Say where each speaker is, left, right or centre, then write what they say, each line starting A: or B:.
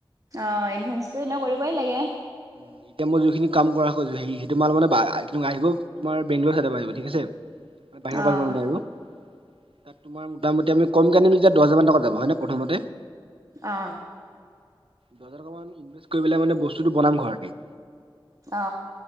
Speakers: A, on the right; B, on the right.
A: অ, ইনভেষ্টটো এনেও কৰিবই লাগে।
B: উম, এতিয়া মই যিখিনি কাম কৰা হ'ল <unintelligible> তোমাৰ বেংলোৰ চাইডৰ পৰা আহিব ঠিক আছে। <unintelligible>
A: অ'
B: তোমাৰ মুটামুটি আমি <unintelligible> দহ হাজাৰ টকা যাব হয়নে প্ৰথমতে?
A: অ।
B: দহ হাজাৰ টকা মান ইনভেষ্ট কৰিব পেলে মানে বস্তুটো বনাম ঘৰতে।
A: অ।